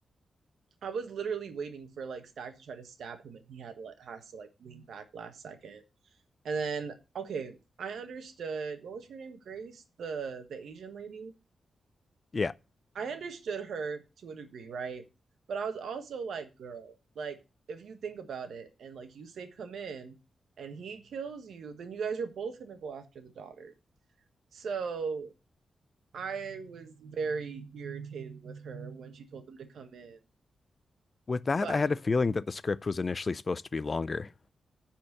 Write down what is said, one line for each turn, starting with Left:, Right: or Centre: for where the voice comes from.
Right: I was literally waiting for like Stack to try to stab him, and he had to like has to like lean back last second. And then, okay, I understood what was her name? Grace, the the Asian lady.
Left: Yeah.
Right: I understood her to a degree, right? But I was also like, girl, like if you think about it and like you say come in and he kills you, then you guys are both gonna go after the daughter. So I was very irritated with her when she told them to come in.
Left: With that,
Right: But
Left: I had a feeling that the script was initially supposed to be longer.